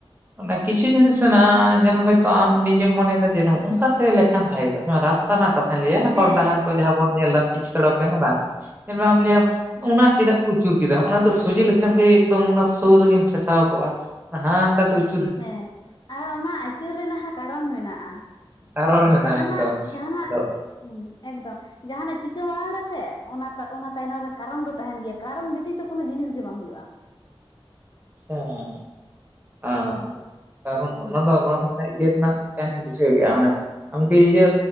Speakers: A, on the right; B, on the left.
A: ᱚᱱᱟ ᱠᱤᱪᱷᱩ ᱡᱤᱱᱤᱥ ᱢᱮᱱᱟᱜᱼᱟ ᱧᱮᱞᱢᱮ ᱦᱚᱭᱛᱳ ᱟᱢ ᱱᱤᱡᱮᱢ ᱢᱚᱱᱮᱫᱟ ᱡᱮ ᱚᱱᱠᱟᱛᱮ ᱞᱮᱠᱷᱟᱱ ᱵᱷᱟᱜᱮᱠᱚᱜᱼᱟ ᱨᱟᱥᱹᱹᱹᱹ ᱦᱟᱱᱟ ᱠᱟᱛᱷᱟᱧ ᱞᱟᱹᱣᱟ
B: ᱦᱮᱸ
A: ᱦᱚᱨ ᱰᱟᱦᱟᱨ ᱠᱚ ᱡᱟᱦᱟᱸ ᱵᱚᱱ ᱧᱮᱞ ᱫᱟ ᱯᱤᱪ ᱥᱚᱲᱚᱠ ᱨᱮ ᱦᱮᱸ ᱵᱟᱝ, ᱧᱮᱞᱢᱮ ᱟᱢ ᱞᱟᱹᱭᱟᱢ ᱹᱹᱹᱹ
B: ᱦᱮᱸ
A: ᱩᱱᱟᱹᱜ ᱪᱮᱫᱟᱜ ᱠᱚ ᱟᱹᱪᱩᱨ ᱠᱮᱫᱟ ᱚᱱᱟ ᱫᱚ ᱥᱚᱡᱷᱦᱮ ᱞᱮᱹᱹᱹ ᱮᱱ ᱠᱷᱟᱱ ᱜᱮ ᱮᱠᱫᱚᱢ ᱚᱱᱟ ᱥᱳᱨ ᱨᱮᱜᱤᱧ ᱴᱷᱮᱥᱟᱣ ᱠᱚᱜᱼᱟ ᱦᱟᱝᱠᱟᱛᱮ ᱩᱪᱹᱹᱹ
B: ᱦᱮᱸ, ᱟᱨ ᱚᱱᱟ ᱟᱹᱪᱩᱨ ᱨᱮᱱᱟᱜ ᱦᱚᱸ ᱠᱟᱨᱚᱱ ᱢᱮᱱᱟᱜᱼᱟ
A: ᱠᱟᱨᱚᱱ ᱢᱮᱱᱟᱜᱼᱟ
B: ᱡᱟᱦᱟᱱᱟᱜ
A: ᱮᱠᱫᱚᱢ
B: ᱹᱹᱹᱹ ᱡᱟᱦᱟᱱᱟᱜ?
A: ᱟᱫᱚ
B: ᱦᱩᱸ, ᱮᱠᱫᱚᱢ ᱾ ᱡᱟᱦᱟᱱᱟᱜ ᱪᱤᱠᱟᱹ ᱢᱟᱲᱟᱝ ᱨᱮᱥᱮ ᱚᱱᱟ ᱛᱟᱭᱱᱚᱢ ᱨᱮ ᱠᱟᱨᱚᱱ ᱫᱚ ᱛᱟᱦᱮᱱ ᱜᱮᱭᱟ ᱠᱟᱨᱚᱱ ᱵᱮᱛᱤᱛᱚ ᱹᱹᱹ ᱠᱳᱱᱳ ᱡᱤᱱᱤᱥ ᱜᱮ ᱵᱟᱝ ᱦᱳᱭᱳᱜᱼᱟ ᱾
A: ᱥᱟᱸᱻ, ᱟᱸᱻ, ᱠᱟᱨᱚᱱ
B: ᱦᱩᱸ
A: ᱚᱱᱟᱫᱚ ᱱᱚᱣᱟ ᱫᱚ ᱥᱟᱹᱨᱤ? ᱪᱮ ᱨᱮᱱᱟᱜ ᱞᱮᱠᱟᱧ ᱵᱩᱡᱷᱟᱹᱣ ᱠᱮᱫᱼᱟ ᱢᱟᱱᱮ ᱟᱢᱠᱤ ᱤᱭᱟᱹ